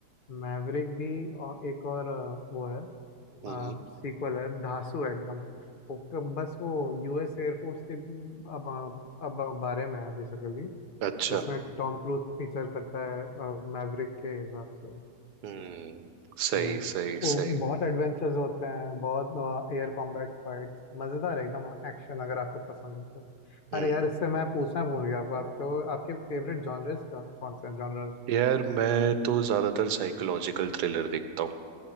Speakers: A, on the left (about 70°); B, on the right (about 80°).
A: मैवरिक भी और एक और अ, वो है
B: हम्म
A: सीक्वल है धांसू है एकदम वो क- बस वो यूएस एयरफोर्स के अब अब बारे में है बेसिकली
B: अच्छा
A: जिसमें टॉम क्रूज फीचर करता है मैवरिक के हिसाब से
B: हम्म सही
A: तो
B: सही
A: वो
B: सही
A: बहुत एडवेंचर्स होते हैं बहुत एयर कॉम्बैट फाइट्स मज़ेदार है एकदम एक्शन अगर आपको पसंद हो तो
B: हम्म
A: अरे यार इससे मैं पूछना भूल गया आपको आपके आपके फेवरेट जॉनर्स कौन से हैं जॉनर्स
B: यार मैं तो ज्यादातर साइकोलॉजिकल थ्रिलर देखता हूँ